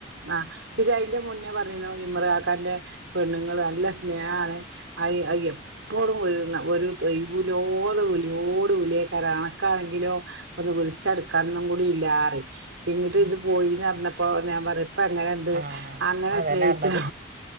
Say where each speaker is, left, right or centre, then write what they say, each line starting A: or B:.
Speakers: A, on the right; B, on the right.
A: ആ പിന്നെ അയിന്റെ മുന്നേ പറയുന്ന ഇമ്രഖാൻന്റെ പെണ്ണുങ്ങൾ നല്ല സ്നേഹമാണ് അ എപ്പോഴും ഒരു ഒരൊയിവ്ലോത വിളിയോട് വിളിയക്കാര കണക്കാണെങ്കിലോ അത് വിളിച്ചെടുക്കാനൊന്നും കൂടി ഇല്ലാറി ഇങ്ങിട്ട്
B: ആഹ്
A: ഇത് പോയിന്ന് പറഞ്ഞപ്പ പ്പൊ ഞാ പറിം പ്പ എങ്ങനെയുണ്ട്
B: ആഹ്
A: അങ്ങനെ
B: അതന്നെ
A: സ്നേഹിച്ചല
B: പർഞ്ഞത്